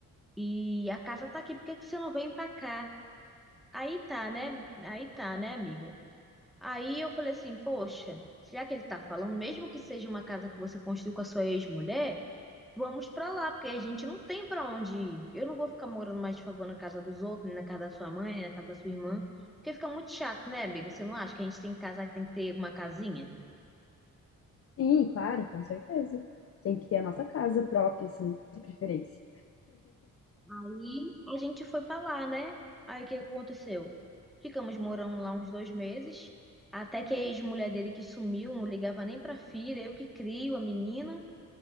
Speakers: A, in the centre; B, on the left.
A: E a casa tá aqui, por que que você não vem pra cá? Aí tá, né? Aí tá, né, amiga? Aí eu falei assim, poxa, já que ele tá falando, mesmo que seja uma casa que você construiu com a sua ex-mulher, vamos pra lá, porque a gente não tem pra onde ir. Eu não vou ficar morando mais de favor na casa dos outros, nem na casa da sua mãe, nem na casa da sua irmã, porque fica muito chato, né, amiga? Você não acha que a gente tem casa, tem que ter uma casinha?
B: Sim, claro, com certeza. Tem que ter a nossa casa própria, assim, de preferência.
A: Aí a gente foi pra lá, né? Aí o que aconteceu? Ficamos morando lá uns dois meses, até que a ex-mulher dele que sumiu, não ligava nem pra filha, eu que crio a menina,